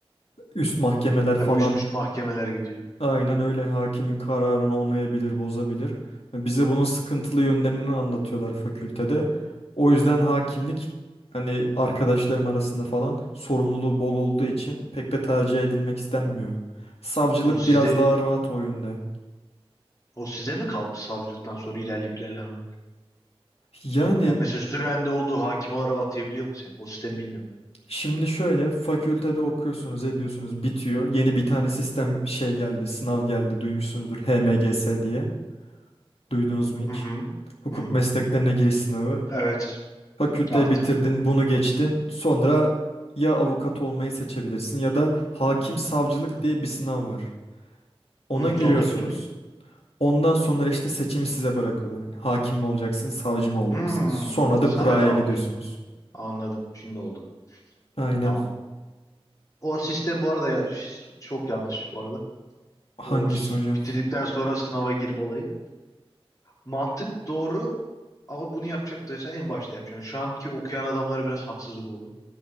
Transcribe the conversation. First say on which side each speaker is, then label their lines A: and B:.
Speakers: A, on the left (about 80°); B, on the left (about 35°).
A: Üst mahkemeler
B: Tabii
A: falan
B: üst üste mahkemeler gidiyor.
A: aynen öyle hakimin kararını onayabilir, bozabilir. Bize bunun sıkıntılı yönlerini anlatıyorlar fakültede. O yüzden hakimlik hani arkadaşlarım arasında falan sorumluluğu bol olduğu için pek de tercih edilmek istenmiyor. Savcılık
B: O sizde
A: biraz daha rahat o yönde.
B: o size mi kalmış savcılıktan sonra ilerleyip ilerlememek?
A: Yani
B: Yani mesela sürende olduğu hakim olarak atayabiliyor mu seni? O sistemi bilmiyorum
A: Şimdi şöyle fakültede okuyorsunuz, ediyorsunuz, bitiyor. Yeni bir tane sistem şey geldi, sınav geldi duymuşsunuzdur HMGS diye. Duydunuz mu hiç?
B: ben. Hı hı.
A: Hukuk
B: Hı hı.
A: mesleklerine giriş sınavı.
B: Evet.
A: Fakülteyi
B: Artık
A: bitirdin, bunu geçtin. Sonra ya avukat olmayı seçebilirsin ya da hakim savcılık
B: Hmm,
A: diye bir sınav var. Ona
B: hı hı,
A: giriyorsunuz.
B: onu da biliyorum.
A: Ondan sonra işte seçimi size bırakıyorlar. Yani hakim mi olacaksın, savcı mı olacaksın?
B: Hmm,
A: Sonra da
B: sana
A: kuraya
B: kalmış.
A: gidiyorsunuz.
B: Anladım. Şimdi oldu.
A: Aynen.
B: Tamam. O sistem bu arada ya, ş- çok yanlış bu arada.
A: Hangisi
B: O s-
A: hocam?
B: bitirdikten sonra sınava girme olayı. Mantık doğru ama bunu yapacaktıysan en başta yapacaksın. Şu anki okuyan adamlara biraz haksızlık oldu.